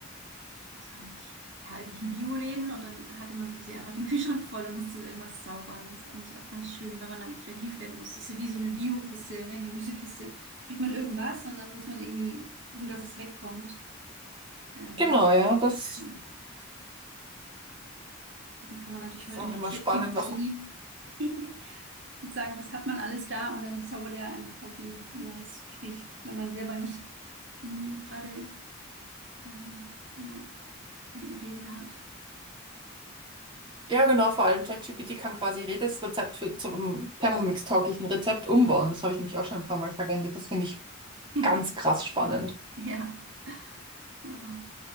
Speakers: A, on the right; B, on the right.
A: ich weiß gar nicht, ja, irgendwelchen Bioläden und dann hatte man quasi einfach den Kühlschrank voll und musste irgendwas zaubern. Das ist eigentlich auch ganz schön, weil man dann kreativ werden muss. Das ist ja wie so eine Biokiste, ne, Gemüsekiste. Kriegt man irgendwas und dann muss man irgendwie gucken, dass es wegkommt. Ähm,
B: Genau, ja, das
A: ja. Dann kann man natürlich
B: ist
A: heute
B: auch
A: mit
B: immer
A: ChatGPT
B: spannend, was man.
A: <laughs> und sagen, was hat man alles da und dann zaubert er einem quasi ein neues Gericht, wenn man selber nicht irgendwie gerade ähm, ja, keine Ideen hat.
B: Ja, genau, vor allem ChatGPT kann quasi jedes Rezept für, zum Thermomix-tauglichen Rezept umbauen. Das habe ich nämlich auch schon ein paar Mal verwendet. Das finde ich
A: <laughs>
B: ganz krass spannend.
A: Ja. Ja,